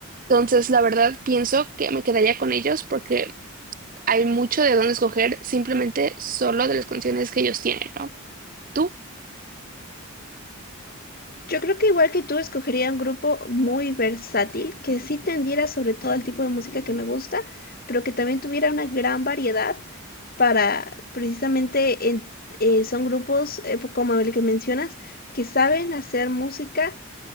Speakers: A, on the right (about 40°); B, on the left (about 45°).
A: Entonces, la verdad, pienso que me quedaría con ellos porque hay mucho de dónde escoger simplemente solo de las canciones que ellos tienen, ¿no? ¿Tú?
B: Yo creo que igual que tú escogería un grupo muy versátil, que sí tendiera sobre todo al tipo de música que me gusta, pero que también tuviera una gran variedad para precisamente en- eh, son grupos eh, po- como el que mencionas que saben hacer música